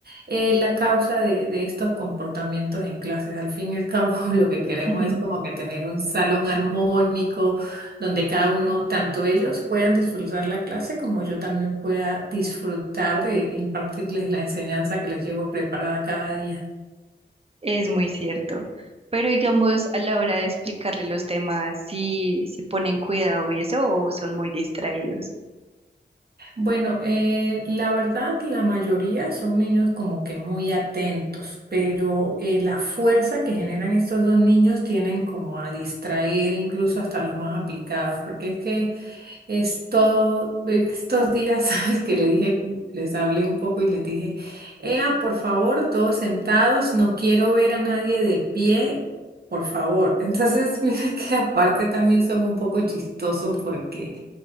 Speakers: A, on the right; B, on the right.
A: eh, la causa de, de estos comportamientos en clases. Al fin y al cabo, <laughs> lo que queremos
B: <laughs>
A: es como que tener un salón armónico donde cada uno, tanto ellos puedan disfrutar la clase como yo también pueda disfrutar de impartirles la enseñanza que les llevo preparada cada día.
B: Es muy cierto. Pero digamos, a la hora de explicarle los temas, si se ponen cuidado y eso, o son muy distraídos.
A: Bueno, eh, la verdad, la mayoría son niños como que muy atentos, pero eh, la fuerza que generan estos dos niños tienen como a distraer incluso hasta los más aplicados, porque es que Es todo, estos días, <laughs> sabes que le dije, les hablé un poco y les dije, Ea, por favor, todos sentados, no quiero ver a nadie de pie, por favor. Entonces, <laughs> mira que aparte también son un poco chistosos porque